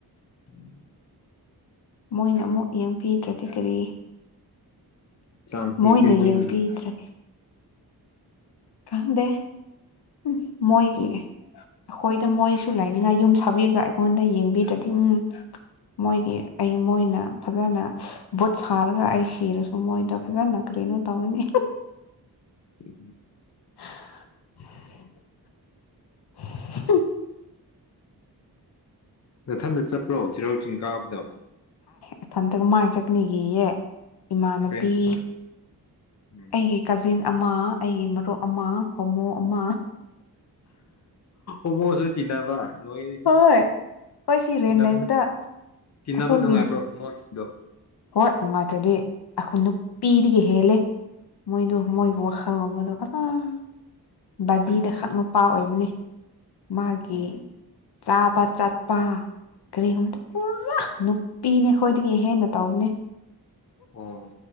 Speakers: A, on the left; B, on the left.
A: ꯎꯝ
B: ꯃꯣꯏꯅ ꯑꯃꯨꯛ ꯌꯦꯡꯕꯤꯗ꯭ꯔꯗꯤ ꯀꯔꯤ
A: ꯆꯥꯟꯁ
B: ꯃꯣꯏꯅ
A: ꯂꯩꯇꯦ ꯃꯣꯏꯅꯤ
B: ꯌꯦꯡꯕꯤꯗ꯭ꯔꯒꯦ ꯀꯥꯟꯗꯦ ꯎ ꯃꯣꯏꯒꯤ ꯑꯩꯈꯣꯏꯗ ꯃꯣꯏꯁꯨ ꯂꯥꯏꯅꯤꯡꯉꯥꯏ ꯌꯨꯝ ꯁꯥꯕꯤꯔꯒ ꯑꯩꯉꯣꯟꯗ ꯌꯦꯡꯕꯤꯗꯗꯤꯝ ꯃꯣꯏꯒꯤ ꯑꯩ ꯃꯣꯏꯅ ꯐꯖꯅ ꯕꯨꯠ ꯁꯥꯔꯒ ꯑꯩ ꯁꯤꯔꯁꯨ ꯃꯣꯏꯗ ꯐꯖꯅ ꯀꯩꯅꯣ ꯇꯧꯒꯅꯤ
A: ꯎꯝ
B: <inaudible>
A: ꯅꯊꯟꯗ ꯆꯠꯄ꯭ꯔꯣ ꯆꯤꯔꯥꯎ ꯆꯤꯡ ꯀꯥꯕꯗ
B: ꯏꯊꯟꯇꯒ ꯃꯥꯏꯅ ꯆꯠꯅꯤꯒꯤꯑ ꯏꯃꯥꯟꯅꯕꯤ
A: ꯐ꯭ꯔꯦꯟꯁꯤꯡꯒ ꯎꯝ
B: ꯑꯩꯒꯤ ꯀꯖꯤꯟ ꯑꯃ ꯑꯩꯒꯤ ꯃꯔꯨꯞ ꯑꯃ ꯍꯣꯃꯨ ꯑꯃ
A: ꯎꯃꯣꯁꯨ ꯇꯤꯟꯅꯅꯕ ꯂꫭꯏ
B: ꯍꯣꯏ ꯍꯣꯏ ꯁꯤ ꯔꯦꯟ
A: ꯀ
B: ꯂꯩꯕꯗ
A: ꯇꯤꯟꯅꯕ
B: ꯑꯩꯈꯣꯏꯒꯤ
A: ꯅꯨꯡꯉꯥꯏꯕ꯭ꯔꯣ ꯃꯣꯁꯤꯡꯗꯣ
B: ꯍꯣꯏ ꯅꯨꯡꯉꯥꯏꯇ꯭ꯔꯗꯤ ꯑꯩꯈꯣꯏ ꯅꯨꯄꯤꯗꯒꯤ ꯍꯦꯜꯂꯦ ꯃꯣꯏꯗꯣ ꯃꯣꯏꯒꯤ
A: ꯑꯣ
B: ꯋꯥꯈꯜꯂꯣꯟꯕꯗꯣ ꯑꯥ ꯕꯥꯗꯤꯗ
A: ꯑꯁ
B: ꯈꯛ ꯅꯨꯄꯥ ꯑꯣꯏꯕꯅꯦ ꯃꯥꯒꯤ
A: ꯑꯣ
B: ꯆꯥꯕ ꯆꯠꯄ ꯀꯔꯤꯒꯨꯝꯕꯗ ꯄꯨꯔꯥ ꯅꯨꯄꯤꯅꯦ ꯑꯩꯈꯣꯏꯗꯒꯤ ꯍꯦꯟꯅ ꯇꯧꯕꯅꯦ
A: ꯑꯣ